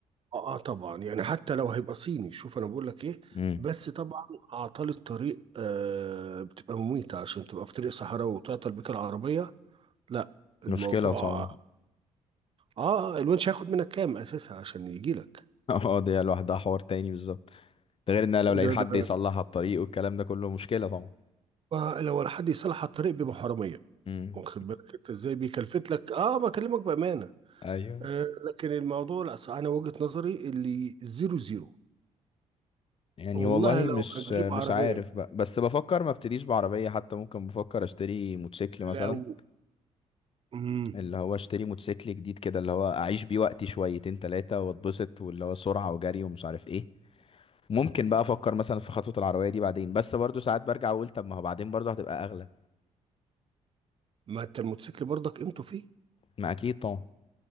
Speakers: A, on the right; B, on the left.
A: اه, آه طبعا يعني حتى لو هيبقى صيني شوف انا بقول لك ايه
B: امم
A: بس طبعا اعطال الطريق آه بتبقى مميتة عشان تبقى في طريق صحراوي وتعطل بيك العربية لا الموضوع
B: مشكلة طبعا
A: اه الونش هياخد منك كام اساسا عشان يجي لك
B: <laughs> اه دي لوحدها حوار تاني بالظبط ده غير ان أنا لو لقيت
A: ده
B: حد
A: ده
B: يصلح الطريق والكلام ده كله مشكلة طبعا
A: ما لو ولا حد يصلح على الطريق بيبقى حرامية
B: امم
A: واخد بالك انت ازاي بيكلفت لك اه بكلمك بأمانة
B: ايوه
A: آه، لكن الموضوع لا صح، انا وجهة نظري اللي زيرو زيرو
B: يعني
A: والله
B: والله
A: لو
B: مش
A: هتجيب
B: مش
A: عربية
B: عارف بقى بس بفكر ما ابتديش بعربية حتى ممكن بفكر اشتري موتوسيكل مثلا
A: لو مم.
B: اللي هو اشتري موتوسيكل جديد كده اللي هو اعيش بيه وقتي شويتين تلاتة واتبسط واللي هو سرعة وجري ومش عارف ايه ممكن بقى افكر مثلا في خطوة العربية دي بعدين بس برضو ساعات برجع اقول طب ما هو بعدين برضو هتبقى اغلى
A: ما انت الموتوسيكل برضك قيمته فيه
B: ما اكيد طبعا